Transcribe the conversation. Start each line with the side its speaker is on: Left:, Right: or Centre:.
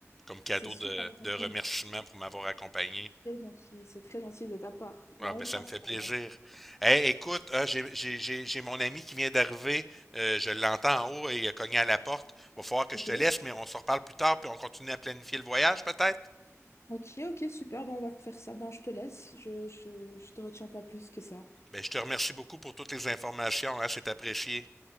Centre: comme cadeau
Left: C'est super
Centre: de,
Left: gentil.
Centre: de remerciement pour m'avoir accompagné.
Left: Très gentil. C'est très gentil de ta part. Ben,
Centre: Ah, ben,
Left: on fera
Centre: ça me
Left: ça
Centre: fait plaisir.
Left: alors.
Centre: Hey, écoute, ah, j'ai j'ai- j'ai- j'ai mon ami qui vient d'arriver. Euh, je l'entends en haut et il a cogné à la porte. Va falloir que
Left: Ok.
Centre: je te laisse, mais on se reparle plus tard puis on continue à planifier le voyage, peut-être?
Left: Ok, ok, super. Ben, on va faire ça. Ben, je te laisse. Je, je, je te retiens pas plus que ça.
Centre: Ben, je te remercie beaucoup pour toutes les informations, hein, c'est apprécié.